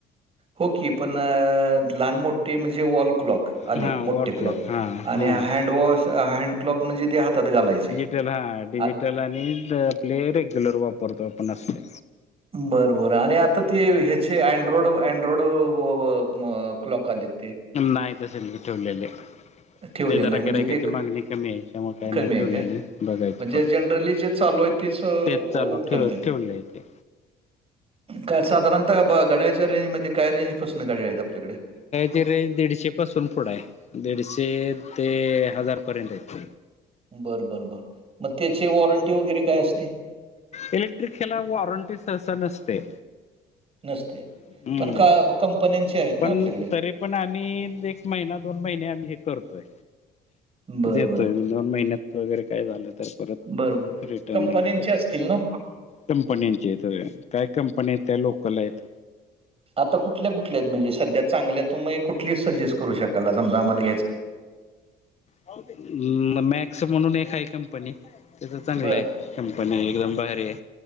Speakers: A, on the right; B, on the left.
A: हो की पण अ लहान मोठे म्हणजे वॉल क्लॉक आली
B: हां
A: मोठे
B: वॉल
A: क्लॉक
B: हां हां
A: आणि हँडवॉश हँड क्लॉक म्हणजे ते हातात घालायचे
B: त्याल हा डिजिटल
A: आ-
B: आणि आपले रेग्युलर वापरतो आपण असले
A: बरं बरं आणि आता ते ह्याचे अँड्रॉरोड अँड्रॉरोड व व म क्लॉक आलेत ते
B: नाय तस नय ठेवलेले
A: ठेवलेलं
B: ते जरा
A: नाही म्हणजे
B: गिरायकाची
A: ते क-
B: मागणी कमी हाय त्यामुळ काय
A: कमी
B: नाय
A: आहे
B: ठेवलेले
A: का
B: बघायचे
A: म्हणजे
B: परत
A: जनरली जे चालू आहे अ,
B: तेच चालू
A: उपलब्ध
B: ठेव
A: आहेत
B: ठेवलय ते
A: काय साधारणतः ब घड्याळाच्या रेंजमध्ये काय रेंज पासन घड्याळ येत आपल्याकड
B: त रेंज दीडशेपासून पुढ हाय दीडशे ते हजारपर्यंत हायत
A: बरं बरं बर म त्याचे वॉरंटी वगैरे काय असते.
B: इलेक्ट्रिक हेला वॉरंटी सहसा नसते.
A: नसते
B: हम्म
A: पण का कंपन्यांचे आहेत ना
B: पण
A: आपल्याकड
B: तरी पण आम्ही एक महिना दोन महिने आम्ही हे करतोय.
A: बर
B: देतोय
A: बर
B: दोन महिन्यात वगैरे काय झालं तर परत
A: बर बर
B: रिटर्न
A: कंपन्यांचे
B: हे कर
A: असतील ना
B: कंपन्यांचे आहेत होय. काय कंपन्या आहेत काय लोकल आहेत.
A: आता कुठल्या कुठल्या आहेत म्हणजे सध्या चांगल्या तुम्ही कुठली सजेस्ट करू शकाल समजा आम्हाला ए
B: हम् मॅक्स म्हणून एक हाय कंपनी त्याज चांगलंय
A: बर
B: कंपनी एकदम भारी हाय